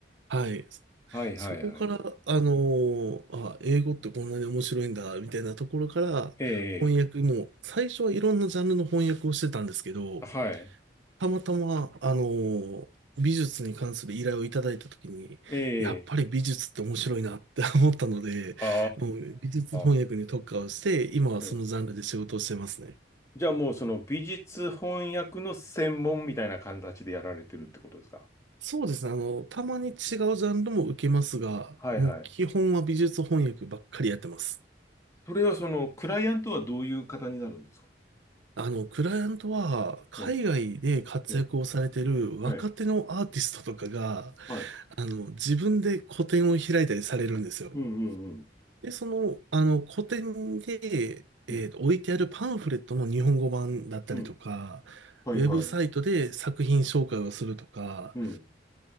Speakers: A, on the right; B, on the left.
A: はい。
B: はいはいはい。
A: そこから、あのーあ、英語ってこんなに面白いんだ、みたいなところから、
B: え
A: 翻訳も、最初はいろんなジャンルの翻訳をしてたんですけど、
B: え、はい。
A: たまたま、あの、美術に関する依頼をいただいたときに、
B: ええ、
A: やっぱり美術って面白いなって思ったので、
B: あ
A: もう美術翻訳に特化をして、
B: あ、
A: 今はそのジャンルで仕事をしてますね。
B: ええじゃあもうその美術翻訳の専門みたいな形でやられてるってことですか
A: そうですね。あの、たまに違うジャンルも受けますが、
B: はいはい。
A: もう基本は美術翻訳ばっかりやってます。
B: それはそのクライアントはどういう方になるんですか
A: あの、クライアントは海外で活躍をされてる若手のアーティストとかが、
B: ええ、ええ、はい、はい。
A: あの、自分で個展を開いたりされるんですよ。
B: うんうんうん。
A: で、その、あの、個展で、えーと、
B: うん、
A: 置いてあるパンフレットの日本語版だったりとか、
B: うん。はいはい。
A: ウェブサイトで作品紹介をするとか、
B: うん、